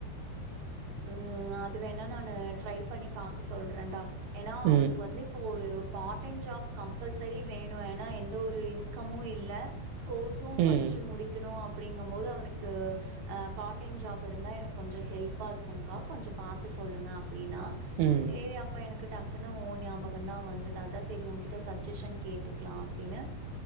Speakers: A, on the right; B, on the right.
A: ம் அது வேணா நானு ட்ரை பண்ணி பாக்க சொல்றேன்டா ஏன்னா
B: ம்
A: அவனுக்கு வந்துப் இப்ப ஒரு பார்ட் டைம் ஜாப் கம்பல்சரி வேணோ ஏன்னா எந்த ஒரு இன்கமு இல்ல கோர்ஸும்
B: ம்
A: படிச்சு முடிக்குணோ அப்படிங்கும்போது அவனுக்கு அ பார்ட் டைம் ஜாப் இருந்தா எனக்கு கொஞ்சோ ஹெல்ப் ப்பா இருக்குங்கா கொஞ்சோ பாத்து சொல்லுங்க அப்டீன்னா
B: ம்
A: சேரி அப்ப எனக்கு டக் டக்குனு ஓ ஞாபகந்தா வந்துது அதா சேரி உங்கிட்ட சஜஷன் கேட்டுக்கலா அப்டினு